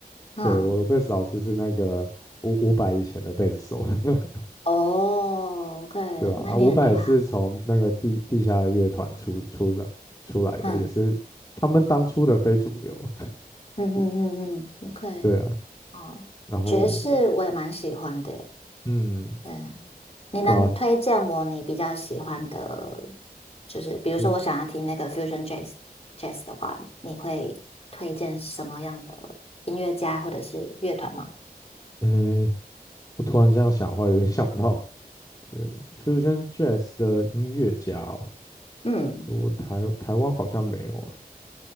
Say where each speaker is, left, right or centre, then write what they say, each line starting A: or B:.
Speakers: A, on the left; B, on the left.
A: 嗯
B: 对，我的贝斯老师是那个五五百以前的贝斯手，<laughs>
A: 哦 OK，
B: 对吧？
A: 那一定很厉害。
B: 啊，五百是从那个地地下乐团出出来出来的，
A: 嗯
B: 也是他们当初的非主流，
A: 嗯嗯嗯嗯，OK，
B: <laughs> 对啊。
A: 哦，
B: 然后，
A: 爵士我也蛮喜欢的耶。
B: 嗯，
A: 对，你能推荐我你比较喜欢的，
B: 对啊，
A: 就是比如说我想要听那个
B: 就
A: Fusion Jazz Jazz 的话，你会推荐什么样的音乐家或者是乐团吗？
B: 诶，我突然这样想的话，有点想不到，对，Fusion Jazz 的音乐家哦，
A: 嗯，
B: 我台台湾好像没有啊，